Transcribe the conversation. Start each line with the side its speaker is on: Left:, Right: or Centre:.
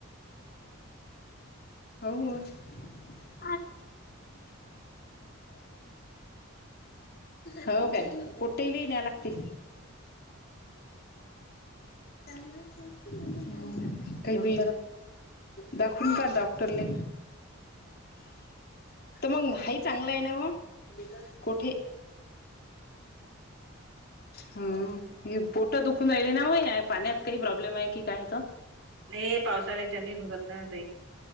Left: ह हो. <unintelligible> हो काय कुठेली न्या लागते. हम्म काय बी दाखवून का डॉक्टरले? तर मग हाय चांगलं आहे ना म कुठे हम्म पोट दुखून राहिली ना म या पाण्यात काही प्रॉब्लेम आहे की काय हो तो.
Right: नाही पावसाळ्याच्या लई भगत नाही होतय.